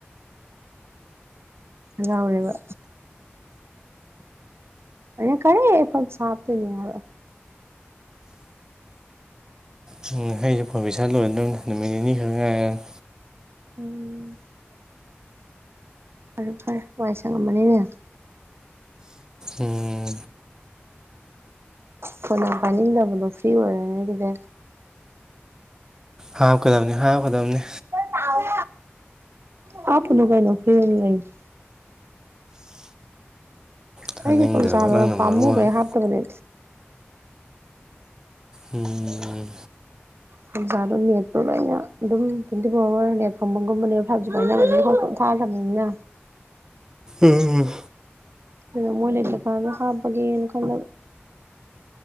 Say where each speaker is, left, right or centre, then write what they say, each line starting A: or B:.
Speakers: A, on the right (about 75°); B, on the right (about 15°).
A: ꯍꯥꯔꯥꯎꯔꯤꯕꯥ꯫ ꯑꯥꯅꯥ ꯀꯔꯤ ꯐꫭꯟ ꯄꯩꯁꯥ ꯍꯥꯞꯇꫭꯏꯅꯤ ꯍꯥꯏꯕꯥ
B: ꯍꯨꯝ ꯑꯩꯁꯨ ꯐꫭꯟ ꯄꯩꯁꯥ ꯂꯣꯏꯔꯗꯕꯅꯤ ꯅꯨꯃꯤꯠ ꯅꯤꯅꯤ ꯈꯔꯛ ꯉꯥꯏꯔ°꯫
A: ꯎꯝ ꯐꯔꯦ ꯐꯔꯦ ꯋꯥꯏ ꯁꯡꯉꯝꯃꯅꯤꯅꯦ
B: ꯎꯝ
A: ꯐꯣꯟ ꯌꯥꯝ ꯄꯥꯏꯅꯤꯡꯗꯕꯗꯣ ꯐ꯭ꯔꯤ ꯑꯣꯏꯔꯦꯅꯦ ꯑꯗꯨꯗꯤ
B: ꯍꯥꯞꯀꯗꯕꯅꯤ ꯍꯥꯞꯀꯗꯕꯅꯤ꯫
A: ꯍꯥꯎꯎ ꯍꯥꯞꯄꯨꯅꯨ ꯀꯩꯅꫭ ꯐꯔꯤꯗꯥ ꯂꯩ <inaudible>
B: ꯇꯥꯅꯤꯡꯗ꯭ꯔꯕ
A: ꯑꯩꯗꯤ ꯄꯩꯁꯥꯗꫭ
B: ꯅꯪꯅ
A: ꯄꯝꯃꯨꯕꯩ
B: ꯃꯔꯨ ꯑꯣꯏꯅ
A: ꯍꯥꯞ ꯇꯕꯅꯦ
B: ꯎꯝ
A: ꯐꫭꯟ ꯄꯩꯁꯥꯗꫭ ꯅꯦꯠꯇꯨ ꯂꯣꯏꯅ ꯑꯗꯨꯝ ꯇꯣꯏꯟꯇꯤ ꯐꯣꯔ ꯑꯥꯋꯔ ꯅꯦꯠ ꯐꯪꯕꯒꯨꯝꯕꯅꯦ ꯐꯥꯏꯚ ꯖꯤ ꯄꯥꯏꯅꯕꯅꯤꯅ ꯍꯣꯠꯁꯄꯣꯠ ꯑꯗꯨꯝ ꯊꯥꯒꯔꯒ ꯊꯝꯕꯅꯤꯅ
B: ꯎꯝ
A: ꯑꯗꯨꯗ ꯃꯣꯏ ꯂꯩꯇ꯭ꯔꯀꯥꯟꯗ ꯍꯞꯄꯒꯦꯅ ꯈꯟꯂꯕ